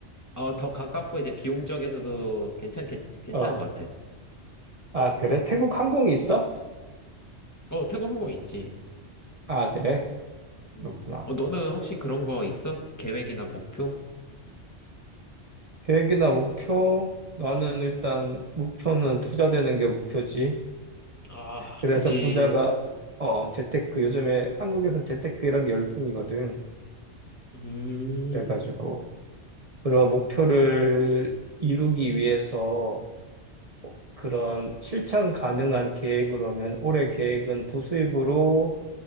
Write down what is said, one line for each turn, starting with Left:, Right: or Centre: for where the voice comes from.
Left: 어, 더 가깝고 이제 비용적에서도 괜찮게, 괜찮은
Right: 어,
Left: 것 같아.
Right: 아, 그래? 태국 항공이 있어?
Left: 어, 태국 항공 있지.
Right: 아, 그래?
Left: 음.
Right: 그렇구나.
Left: 어, 너는 혹시 그런 거 있어? 계획이나 목표?
Right: 계획이나 목표? 나는 일단 목표는 투자되는 게 목표지.
Left: 아,
Right: 그래서
Left: 그치.
Right: 부자가,
Left: 그,
Right: 어, 재테크. 요즘에 한국에서 재테크 이런 게 열풍이거든.
Left: 음,
Right: 그래가지고, 그런 목표를 이루기 위해서 그런 실천 가능한 계획으로는 올해 계획은 부수입으로